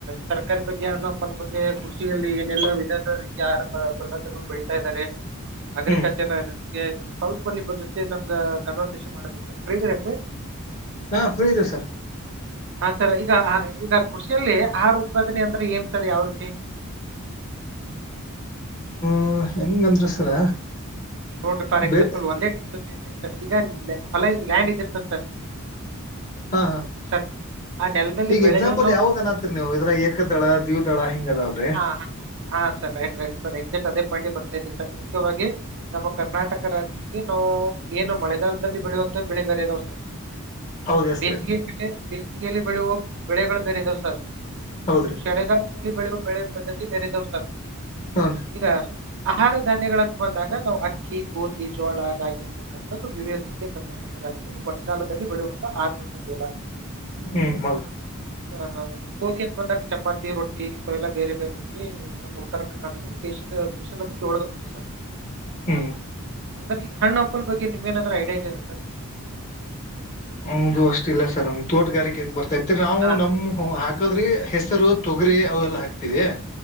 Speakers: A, on the right; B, on the left.
A: ತರಕಾರಿ ಬಗ್ಗೆ ಹೆಣ್ಣು ಹಂಪಲ್ ಬಗ್ಗೆ ಕೃಷಿಯಲ್ಲಿ ಏನೆಲ್ಲಾ ವಿಧದ <unintelligible> ಯಾರ ಪದಾರ್ಥಗಳನ್ನು ಬೆಳತಾ ಇದ್ದಾರೆ ಅಗ್ರಿಕಲ್ಚರ್
B: ಹ್ಮ್
A: ಸ್ವಲ್ಪ ನಿಮ್ ಜೊತೆ ನಮ್ಗ ಕನ್ವರ್ಜೇಷನ್ ಮಾಡೋದ ಸರ್ ಫ್ರೀ ಇದ್ದಿರೆನ್ರೀ
B: ಹಾಂ ಫ್ರೀ ಇದೀವಿ ಸರ್
A: ಹಾ ಸರ್ ಈಗ ಈಗ ಕೃಷಿಯಲ್ಲಿ ಆಹಾರ ಉತ್ಪಾದನೆ ಅಂದ್ರೆ ಏನ್ ಸರ್ ಯಾವ ರೀತಿ
B: ಹ ಹೆಂಗಂದ್ರ ಸರ್
A: ನೋಡ್ರಿ ಫಾರ್ ಎಕ್ಸಾಂಪಲ್
B: ಬೆ
A: ಒಂದೇ ಸರ್ ಈಗ ಹೊಲ ಲ್ಯಾಂಡ್ ಇದಿರ್ತರ್ ಸರ್
B: ಹಾ ಹಾ
A: ಸರ್ ಆ ನೆಲದಲ್ಲಿ
B: ಈಗ
A: ಬೆಳೆಗಳನ್ನ
B: ಎಕ್ಸಾಂಪಲ್
A: ನಾವು
B: ಯಾವ್ದ್ ಅನಾತರೀ ನೀವು ಇದ್ರ ಏಕದಳ ದ್ವಿದಳ ಹಿಂಗ ಅದಲ್ರರಿ
A: ಹಾ ಹಾ ಹಾ sir right right sir exact ಅದೇ ಪಾಯಿಂಟ್ಗೆ ಬರ್ತಾ ಇದಿ ಸರ್ ಮುಖ್ಯವಾಗಿ ನಮ್ಮ ಕರ್ನಾಟಕ ರಾಜ್ಯ ಇನ್ನೂ ಏನು ಮಳೆಗಾಲದಲ್ಲಿ ಬೆಳೆಯುವಂತ ಬೆಳೆ ಬೇರೆ ಅದಾವ ಸರ್
B: ಹೌದು ಹೆಸ್ರಿ
A: ಬೇಸಿಗೆ ಬೆಸಿಗೆ ಅಲ್ಲಿ ಬೆಳೆಯುವ ಬೆಳೆಗಳು ಬೇರೆ ಇದಾವ್ ಸರ್
B: ಹೌದ್ರಿ
A: ಚಳಿಗಾಲದಲ್ಲಿ ಬೆಳ ಬೆಳೆವ ಪದ್ಧತಿ ಬೇರೆ ಇದಾವ ಸರ್
B: ಹ್ಞೂ
A: ಈಗ ಆಹಾರ ಧಾನ್ಯಗಳಂತ ಬಂದಾಗ ನಾವ್ ಅಕ್ಕಿ ಗೋಧಿ ಜೋಳ ರಾಗಿ ಅಂತಾ <unintelligible> ವಿವಿಧ ರೀತಿಯ ಕರ್ನಾಟಕ ರಾಜ್ಯದಲ್ಲಿ ಮಳೆಗಾಲದಲ್ಲಿ ಬೆಳೆಯುವಂತ <unintelligible> ಎಲ್ಲ
B: ಹ್ಮ್ ಹೌದು
A: ಹಾ ಗೋಧಿ ಅಂತ ಬಂದಾಗ ಚಪಾತಿ ರೊಟ್ಟಿ ಇಂತಥವೆಲ್ಲಾ ಬೇರೆ ಬೇರೆ ರೀತಿ ನಮ್ಮ ಉತ್ತರ ಕರ್ನಾಟಕದಲ್ಲಿ ಸ್ಪೆಷಲ್ ಸ್ಪೆಷ ಅಂದ್ರೆ ಜೋಳದ ರೊಟ್ಟಿ ಸರ್
B: ಹುಂ
A: ಅಂದ್ರೆ ಈಗ ಹಣ್ಣ ಹಂಪಲ ಬಗ್ಗೆ ನಿಮ್ಮಗ ಏನಾದ್ರೂ ಐಡಿಯಾ ಇದೆಯಾ ಸರ್
B: ಹೌದು ಅಷ್ಟ ಇಲ್ಲ ಸರ್ ನಮ್ ತೋಟಗಾರಿಕೆೆಗೆ ಬರ್ತಾ ಇದರಿ ನಾವು
A: ಹಾ
B: ನಮ್ಮ್ ಹುಂ ಹಾಕದ್ರಿ ಹೆಸರು ತೊಗರಿ ಅವೆಲ್ಲಾ ಹಾಕ್ತಿವಿ